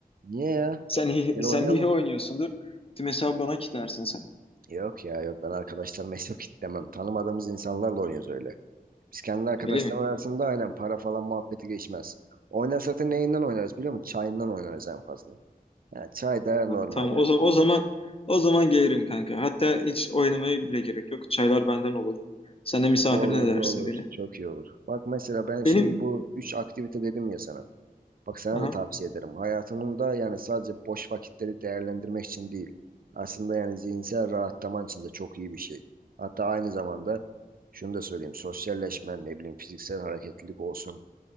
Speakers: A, on the right (about 65°); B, on the left (about 35°).
A: niye ya?
B: Sen iyi,
A: Gel
B: <laughs> sen
A: oynayalım.
B: iyi oynuyorsundur. Tüm hesabı bana kitlersin sen.
A: Yok ya yok ben arkadaşlarıma yok demem. Tanımadığımız insanlarla oynuyoruz öyle. Biz kendi arkadaşlarımız
B: Öyle mi?
A: arasında aynen para falan muhabbeti geçmez. Oynarsak da neyinden oynarız biliyor musun? Çayından oynarız en fazla. Yani çay da
B: Ha,
A: normal
B: tamam
A: yani.
B: o zaman o zaman o zaman gelirim kanka. Hatta hiç oynamaya bile gerek yok. Çaylar benden olur. Sen de misafirin
A: Olur
B: edersin
A: olur
B: beni.
A: çok iyi olur. Bak mesela ben şimdi
B: Benim
A: bu üç aktivite dedim ya sana. Bak sana
B: aha
A: da tavsiye ederim. Hayatının da yani sadece boş vakitleri değerlendirmek için değil. Aslında yani zihinsel rahatlaman için de çok iyi bir şey. Hatta aynı zamanda şunu da söyleyeyim. Sosyalleşmen, ne bileyim fiziksel hareketlilik olsun.